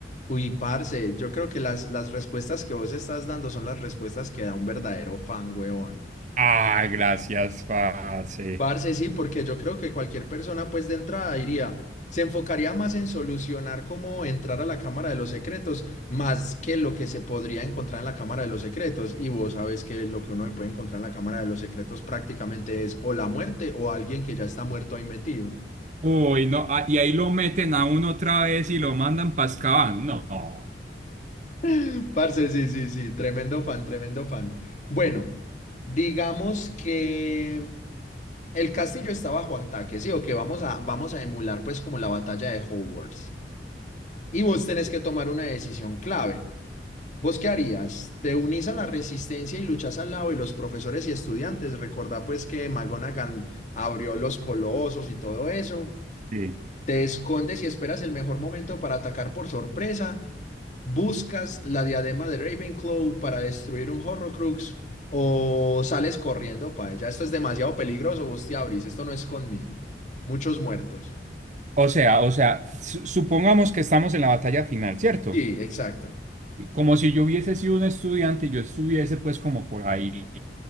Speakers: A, on the left; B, on the right.
A: Uy, parce, yo creo que las, las respuestas que vos estás dando son las respuestas que da un verdadero fan, huevón.
B: Ah, gracias, parce.
A: Parce, sí, porque yo creo que cualquier persona, pues de entrada diría, se enfocaría más en solucionar cómo entrar a la Cámara de los Secretos, más que lo que se podría encontrar en la Cámara de los Secretos. Y vos sabes que lo que uno se puede encontrar en la Cámara de los Secretos prácticamente es o la muerte o alguien que ya está muerto ahí metido.
B: Uy, no, ah, y ahí lo meten a uno otra vez y lo mandan para Azkaban. No.
A: <laughs> Parce, sí, sí, sí, tremendo fan, tremendo fan. Bueno, digamos que el castillo está bajo ataque, sí, o que vamos a, vamos a emular pues como la batalla de Hogwarts. Y vos tenés que tomar una decisión clave. ¿Vos qué harías? ¿Te unís a la resistencia y luchás al lado de los profesores y estudiantes? Recordá pues que McGonagall abrió los colosos y todo eso.
B: Sí.
A: ¿Te escondes y esperas el mejor momento para atacar por sorpresa? ¿Buscas la diadema de Ravenclaw para destruir un Horrocrux? ¿O sales corriendo para ella? Esto es demasiado peligroso, vos te abrís, esto no es conmigo. Muchos muertos.
B: O sea, o sea, su- supongamos que estamos en la batalla final, ¿cierto?
A: Sí, exacto.
B: Y Como si yo hubiese sido un estudiante yo estuviese pues como por ahí